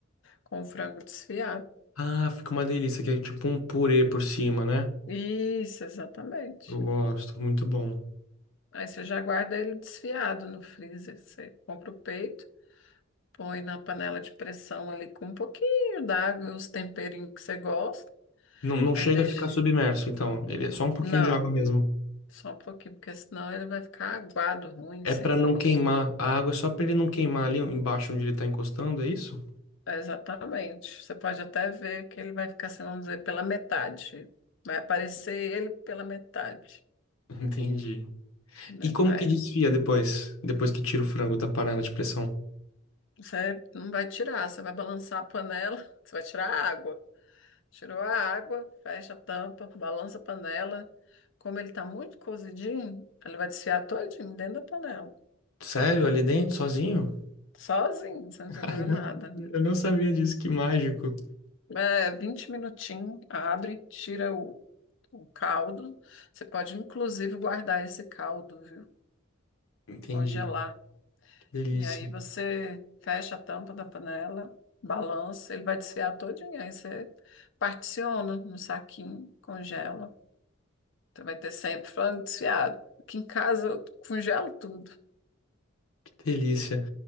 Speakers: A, on the left; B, on the left.
A: Com frango desfiado.
B: Ah, fica uma delícia, que é tipo um purê por cima, né?
A: Isso, exatamente.
B: Eu gosto, muito bom.
A: Aí você já guarda ele desfiado no freezer. Você compra o peito, põe na panela de pressão ali com um pouquinho d'água e os temperinhos que você gosta.
B: Não, não
A: Aí
B: chega
A: deixa.
B: a ficar submerso, então. Ele é só um pouquinho
A: Não,
B: de água mesmo.
A: só um pouquinho, porque senão ele vai ficar aguado, ruim,
B: É
A: sem
B: pra não
A: gosto.
B: queimar. A água é só pra ele não queimar ali embaixo onde ele tá encostando, é isso?
A: É, exatamente. Você pode até ver que ele vai ficar, assim, vamos dizer, pela metade. Vai aparecer ele pela metade.
B: <laughs> Entendi.
A: né?
B: E como
A: Aí
B: que desfia depois? Depois que tira o frango da panela de pressão?
A: você não vai tirar, você vai balançar a panela, <laughs> você vai tirar a água. Tirou a água, fecha a tampa, balança a panela. Como ele está muito cozidinho, ele vai desfiar todinho dentro da panela.
B: Sério? Ali dentro, sozinho?
A: Sozinho,
B: <laughs>
A: você não
B: Caramba,
A: precisa fazer nada.
B: eu não sabia disso, que mágico.
A: É, 20 minutinhos, abre, tira o, o caldo. Você pode, inclusive, guardar esse caldo, viu?
B: Entendi.
A: Congelar.
B: Que delícia,
A: E aí você fecha a tampa da panela, balança, ele vai desfiar todinho. Aí você particiona no saquinho, congela. Então vai ter sempre falando desfiado. Aqui em casa eu congelo tudo.
B: que delícia.